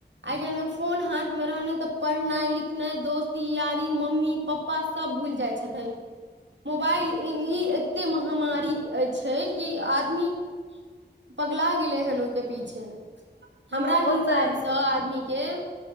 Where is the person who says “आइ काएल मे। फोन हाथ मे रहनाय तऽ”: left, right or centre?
Right